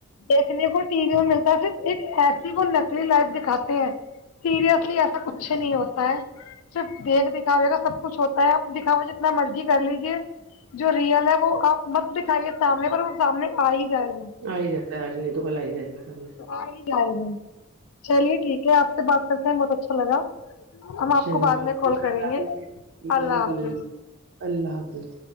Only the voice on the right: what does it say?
آ ہی جاتا ہے آج نہیں تو کل آ ہی جائے گا سامنے
چل
انشاء
اللہ
الحمد
للہ اللہ حافظ